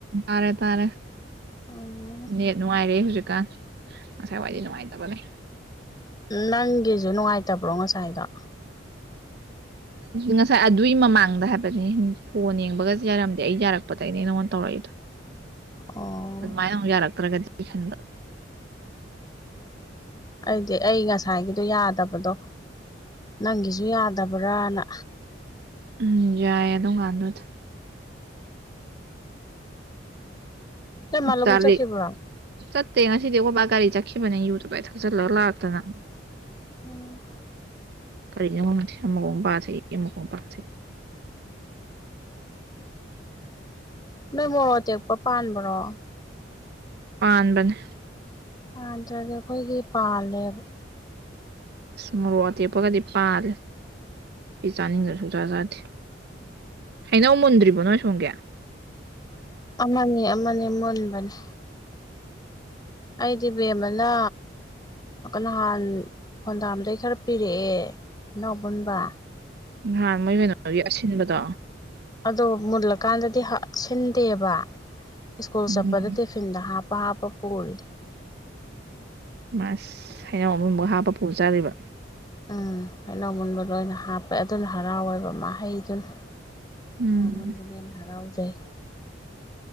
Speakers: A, on the right; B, on the left.
A: ꯇꯥꯔꯦ ꯇꯥꯔꯦ
B: ꯎꯝ
A: ꯅ‌ꯦꯠ ꯅꯨꯡꯉꯥꯏꯔꯦ ꯍꯧꯖꯤꯛꯀꯥꯟ ꯉꯁꯥꯏꯋꯥꯏꯗꯤ ꯅꯨꯡꯉꯥꯏꯇꯕꯅꯦ
B: ꯅꯪꯒꯤꯁꯨ ꯅꯨꯡꯉꯥꯏꯇꯕ꯭ꯔꯣ ꯉꯁꯥꯏꯗꯣ
A: ꯉꯁꯥꯏ ꯑꯗꯨꯒꯤ ꯃꯃꯥꯡꯗ ꯍꯥꯏꯕꯅꯤ ꯐꯣꯟ ꯌꯦꯡꯕꯒ ꯌꯥꯔꯝꯗꯦ ꯑꯩ ꯌꯥꯔꯛꯄꯗꯒꯤꯅꯦ ꯅꯪꯉꯣꯟꯗ ꯇꯧꯔꯛꯏꯗꯣ
B: <inaudible> ꯑꯣ
A: ꯑꯗꯨꯃꯥꯏꯅ ꯑꯃꯨꯛ ꯌꯥꯔꯛꯇ꯭ꯔꯒꯗꯤ ꯈꯟꯕ
B: ꯑꯩꯗꯤ ꯑꯩ ꯉꯁꯥꯏꯒꯤꯗꯣ ꯌꯥꯗꯕꯗꯣ ꯅꯪꯒꯤꯁꯨ ꯌꯥꯗꯕ꯭ꯔꯥꯅ
A: ꯎꯝ ꯌꯥꯏꯌꯦ ꯑꯗꯨ ꯑꯗꯨꯝ ꯀꯥꯟꯗꯨꯗꯤ
B: ꯅꯣꯏ ꯃꯥ ꯂꯧꯕꯨꯛ
A: ꯆꯂꯦ
B: ꯆꯠꯈꯤꯕ꯭ꯔꯣ
A: ꯆꯠꯇ ꯉꯁꯤꯗꯤ ꯑꯩꯈꯣꯌ ꯕꯒꯤ ꯒꯔꯤ ꯆꯠ ꯆꯠꯈꯤꯕꯅꯦ ꯌꯨ ꯇꯞꯇꯥꯏ ꯊꯛꯆꯜꯂꯒ ꯂꯥꯛꯇꯅ
B: ꯎꯝ
A: ꯀꯔꯤꯅꯣ ꯈꯪꯗꯦ ꯑꯃꯒꯥ ꯑꯃꯨꯛ ꯄꯥꯔꯥ ꯊꯛꯏ ꯑꯃꯒꯥ ꯑꯃꯨꯛ ꯄꯥꯔꯥ ꯊꯛꯏ
B: ꯅꯣꯏ ꯃꯣꯔꯣꯛ ꯑꯇꯦꯛꯄ ꯄꯥꯟꯕ꯭ꯔꯣ
A: ꯄꯥꯟꯕꯅꯦ
B: ꯄꯥꯟꯗ꯭ꯔꯗꯤ ꯑꯩꯈꯣꯏꯒꯤ ꯄꯥꯜꯂꯦꯕ
A: ꯑꯁ ꯃꯔꯣꯛ ꯑꯇꯦꯛꯞꯄꯒꯗꯤ ꯄꯥꯜꯂꯦ ꯏ ꯆꯥꯅꯤꯡꯗꯨ ꯁꯨꯡꯆꯥꯥ ꯆꯥꯗꯦ ꯍꯩꯅꯧ ꯃꯨꯟꯗ꯭ꯔꯤꯕꯣ ꯅꯣ ꯁꯨꯝꯒꯦ
B: ꯑꯃꯅꯤꯅꯦ ꯑꯃꯅꯤꯅꯦ ꯃꯨꯟꯕꯅꯦ ꯑꯩꯗꯤ ꯕꯦꯝꯃꯅ ꯅꯍꯥꯟ ꯈꯣꯟꯗꯥꯝꯗꯩ ꯈꯔ ꯄꯤꯔꯛꯑꯦ ꯑꯩꯅꯎ ꯄꯨꯟꯕ
A: ꯅꯍꯥꯟ ꯃꯣꯏ ꯀꯩꯅꯣꯒꯤ ꯑꯁꯤꯟꯕꯗꯣ
B: ꯑꯣ ꯃꯨꯜꯂꯀꯥꯟꯗꯗꯤ ꯁꯤꯟꯗꯦꯕ ꯁ꯭ꯀꯨꯜ
A: ꯎꯝ
B: ꯆꯠꯄꯗ ꯇꯤꯐꯤꯟꯗ ꯍꯥꯞꯄ ꯍꯥꯞꯄ ꯄꯄꯔꯤ
A: ꯃꯥꯁ ꯍꯩꯅꯎ ꯑꯃꯨꯝꯐꯛ ꯍꯥꯞꯄ ꯄꯨꯖꯔꯤꯕ
B: ꯎꯝ ꯍꯩꯅꯧꯒꯨꯟꯕ ꯂ ꯑꯣꯏꯅ ꯍꯥꯞꯄꯦ ꯑꯗꯨꯅ ꯍꯔꯥꯎꯋꯦꯕ ꯃꯍꯩꯗꯨꯅ ꯑꯩꯅ
A: ꯎꯝ
B: ꯋꯥꯃꯟꯕꯨꯅꯦꯅ ꯍꯔꯥꯎꯖꯩ